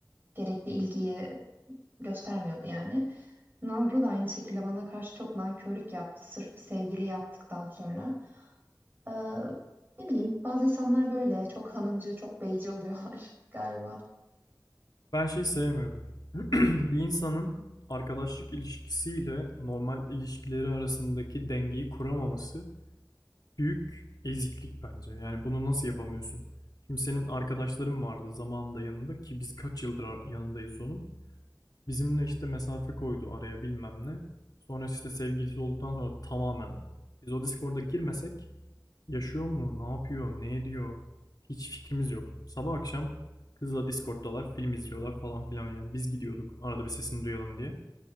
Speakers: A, on the right (about 25°); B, on the left (about 60°).
A: gerekli ilgiyi göstermiyordu yani. Nazlı da aynı şekilde bana karşı çok nankörlük yaptı. Sırf bir sevgili yaptıktan sonra. Ee, ne bileyim bazı insanlar böyle çok hanımcı, çok beyci oluyorlar <laughs> galiba.
B: Ben şeyi sevmiyorum. <clears throat> <laughs> bir insanın arkadaşlık ilişkisiyle normal ilişkileri arasındaki dengeyi kuramaması büyük eziklik bence. Yani bunu nasıl yapamıyorsun? Şimdi senin arkadaşların vardı zamanında yanında ki biz kaç yıldır yanındayız onun. Bizimle işte mesafe koydu araya bilmem ne. Sonra işte sevgilisi olduktan sonra tamamen biz o Discord'a girmesek yaşıyor mu, ne yapıyor, ne ediyor hiç fikrimiz yok. Sabah akşam kızla Discord'dalar, film izliyorlar falan filan yani biz gidiyorduk arada bir sesini duyalım diye.